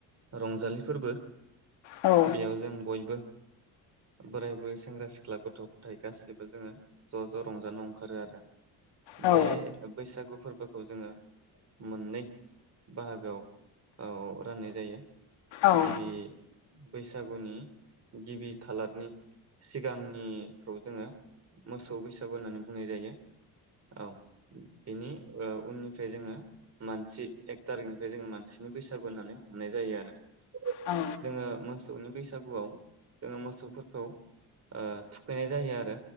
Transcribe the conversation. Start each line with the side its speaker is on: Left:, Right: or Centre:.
Right: रंजालि फोरबो
Left: औ
Right: बेयाव जों बयबो बोराय बुरै सेंग्रा सिख ख्ला गथ' गथाय गासैबो जोङो ज' ज' रंजानो ओंखारो आरो
Left: औ
Right: बे बैसागु बे फोरबोखौ जोङो मोननै बाहागोआव औ राननाय जायो।
Left: औ
Right: गिबि बैसागुनि गिबि खालारनि सिगां निखौ जोङो मोसौ बैसागु होननानै बुंनाय जायो औ बेनि उननिफ्राय जोङो मानसि एक थारिखनिफ्राय जोङो मानसिनि बैसागु होननानै हमनाय जायो आरो।
Left: औ।
Right: जोङो मोसौनि बैसागुआव जोङो मोसौफोरखौ ओ थुखैनाय जायो आरो।